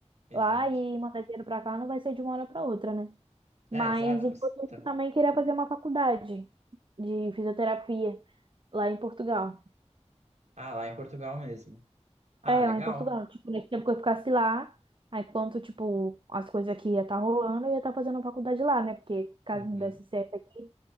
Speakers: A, on the right; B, on the right.
A: Exato.
B: lá e mandar dinheiro pra cá não vai ser de uma hora pra outra, né? Mas
A: É, exato.
B: enquanto
A: você
B: isso,
A: tá-
B: eu também queria fazer uma faculdade de fisioterapia lá em Portugal.
A: Ah, lá em Portugal mesmo. Ah,
B: É,
A: legal.
B: lá em Portugal. Tipo, nesse tempo que eu ficasse lá, aí enquanto, tipo, as coisas aqui ia estar rolando, eu ia estar fazendo faculdade lá, né? Porque caso
A: Uhum.
B: não desse certo aqui,